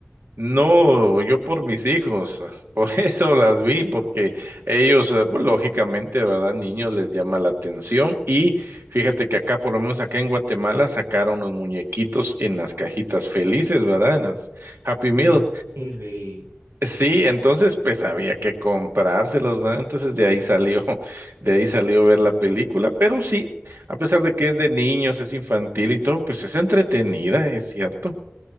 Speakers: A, on the right; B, on the right.
A: No, yo por mis hijos, <laughs> por eso las vi, porque
B: Increíble.
A: ellos, eh, pues, lógicamente, ¿verdad? Niños les llama la atención y fíjate que acá, por lo menos acá en Guatemala, sacaron los muñequitos en las cajitas felices, ¿verdad? En las Happy
B: Qué
A: Meal.
B: chévere.
A: Sí, entonces pues había que comprárselos, ¿verdad? Entonces de ahí salió, <laughs> de ahí salió ver la película, pero sí, a pesar de que es de niños, es infantil y todo, pues es entretenida, es cierto.